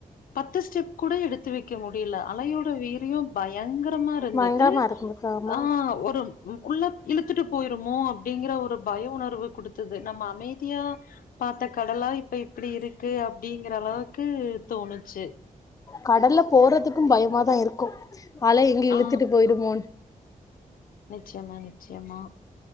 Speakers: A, on the left; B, on the left.
A: பத்து ஸ்டெப் கூட எடுத்து வெக்க முடியல அலையோட வீரியோ பய பயங்கரமா இருந்தது
B: பயங்கரமா இருக்கு ஆமா
A: ஆ ஒரு உள்ள இழுத்துட்டு போயிருமோ அப்டிங்கிற ஒரு பய உணர்வு குடுத்தது நம்ம அமைதியா பாத்த கடலா இது இப்போ இப்டி இருக்கு அப்டிங்கிற அளவுக்கு தோணுச்சு
B: கடல்ல போறதுக்கு பயமாத இருக்கு அலை எங்க இழுத்துட்டு
A: ஆ
B: போயிடுமோனு
A: நிச்சயமா நிச்சயமா